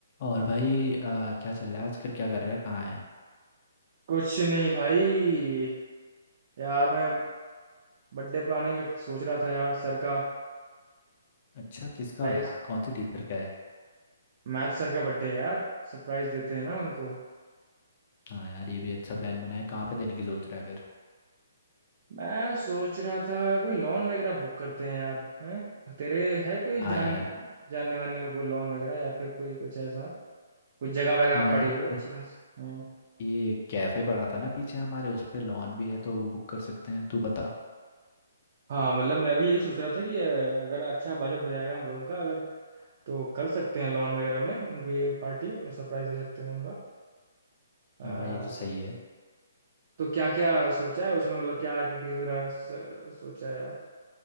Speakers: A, on the left; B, on the right.
A: और भाई अ, क्या चल रहा है आजकल क्या कर रहा है कहाँ है
B: कुछ नहीं भाई यार मैं बर्थडे प्लानिंग सोच रहा था यार सर का
A: अच्छा किसका
B: प्राइज
A: है कौन सी टीचर का है
B: मैथ सर का बर्थडे है यार सरप्राइज देते हैं ना उनको
A: हाँ यार ये भी अच्छा प्लान बना है कहाँ पे देने की सोच रहा है फिर
B: मैं सोच रहा था कोई लोन वगैरह बुक करते हैं यार हैं तेरे है कोई
A: हाँ
B: जान
A: यार
B: जानने वानने में कोई लोन वगैरह या फिर कोई कुछ ऐसा कोई जगह वगैरह
A: हाँ
B: पड़ी
A: यार
B: हो
A: ये
B: अच्छी खासी हाँ
A: ये कैफे पड़ा था ना पीछे हमारे उस पे लॉन भी है तो वो बुक कर सकते हैं तू बता
B: हाँ, मतलब मैं भी यही सोच रहा था कि अ, अगर अच्छा बजट हो जाएगा हम लोगों का अगर तो कर सकते हैं लोन वगैरह में उनकी पार्टी सरप्राइज दे सकते हैं उनका
A: हाँ ये तो सही है
B: तो क्या क्या सोचा है उसमें मतलब क्या एक्टिविटीज वगैरह स- सोचा है यार